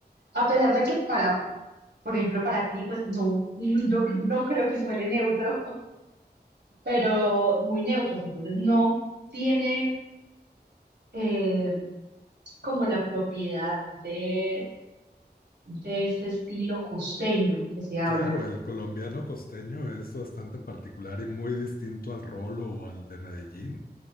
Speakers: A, on the right; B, on the left.
A: a pesar de que para, por ejemplo, para ti, pues no, <laughs> yo no creo que suene neutro, pero muy neutros. Entonces no tiene eh, como la propiedad de, de este estilo costeño que se habla.
B: claro, el colombiano costeño es bastante particular y muy distinto al rolo o al de Medellín,